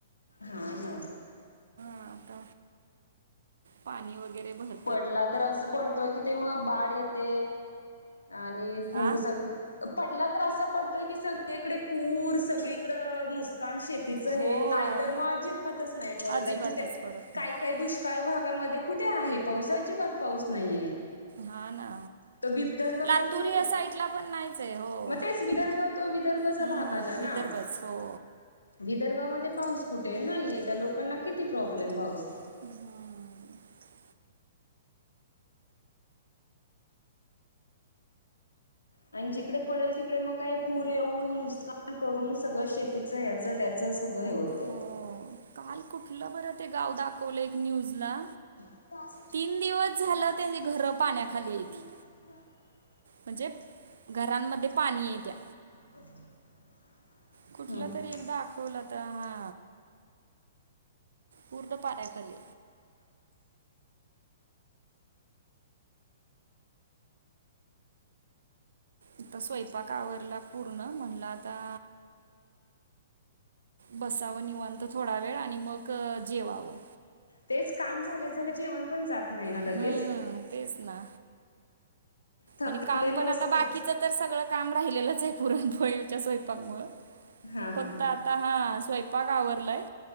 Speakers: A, on the left; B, on the right.
A: हां ना.
B: मग आता? पाणी वगैरे भर
A: पडला तर असं पडतोय की ते मग बाढ येते आणि पूर
B: आ
A: सग पडला तर असा पडतोय, की सगळीकडे पूर सगळीकडं नुस कान शेतीचं हे,
B: हो
A: नाही तर मग अजिबातच नाही पडत
B: अजिबातच
A: आहे कुठे
B: पडत
A: काय
B: नाही
A: काय दुष् काळ भागामध्ये कुठे आहे पाऊस, अजिबात पाऊस नाहीये.
B: हां ना.
A: तो विदर्भामध्ये
B: लातूर
A: कुठे,
B: या साईडला पण नाहीच आहे हो
A: मग तेच विदर्भ तो विदर्भच चा
B: हम्म
A: भाग आला
B: विदर्भच
A: ना?
B: हो
A: विदर्भामध्ये पाऊस कुठे हाय? नाही त्या लोकांना किती प्रॉब्लेम पाऊस
B: हम्म.
A: आणि जिकडे पडेल तिकडे मग काही पूर येऊन, नुसकान करून सगळं शेत तिचं, याचं, त्याचं सगळं हे होतंय.
B: हो काल कुठलं बरं ते आहे गाव दाखवलं एक न्यूजला
A: <unintelligible>
B: तीन दिवस झालं त्यांची घरं पाण्याखाली येती म्हणजे घरांमध्ये पाणी येत्या.
A: <unintelligible>
B: कुठलं
A: हम्म.
B: तरी एकदा दाखवलं तर हा. पूर्ण पाण्याखाली आता स्वयंपाक आवरला पूर्ण म्हणलं आता. बसावं निवांत थोडा वेळ आणि मग जेवावं.
A: तेच काम झाल्या झाल्या, जेवण पण जात नाही ना लगेच.
B: हम्म तेच ना
A: थकलेलं
B: आणि काम पण आता
A: असतं.
B: बाकी सगळ काम राहिलंच आहे पुरणपोळीच्या स्वयक मु
A: हा हा
B: फक्त
A: हा
B: आत आता हा स्वयंपाक आवरलाय.